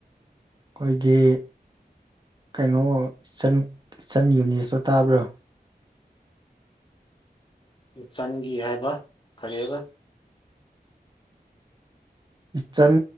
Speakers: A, on the right (about 30°); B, on the left (about 30°).
A: ꯑꯩꯈꯣꯏꯒꯤ ꯀꯩꯅꯣꯟ ꯁꯟ ꯌꯨꯅꯤꯁꯇꯣ ꯇꯥꯕ꯭ꯔꯥ
B: ꯁꯟꯒꯤ ꯍꯥꯏꯕ ꯈꯔꯒ
A: ꯏꯆꯟ